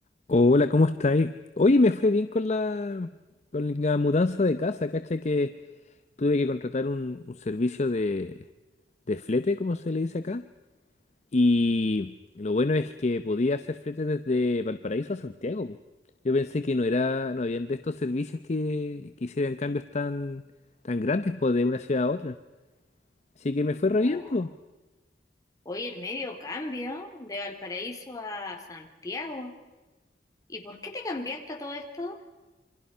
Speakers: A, on the left; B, on the left.
A: Hola, ¿cómo estáis? Oye, me fue bien con la, con la mudanza de casa, cacha que tuve que contratar un, un servicio de, de flete, como se le dice acá. Y lo bueno es que podía hacer flete desde Valparaíso a Santiago. po. Yo pensé que no era, no habían de estos servicios que, que hicieran cambios tan, tan grandes, pues, de una ciudad a otra. Así que me fue re
B: Oh,
A: bien, pues.
B: hoy el medio cambio de Valparaíso a Santiago. ¿Y por qué te cambiaste a todo esto?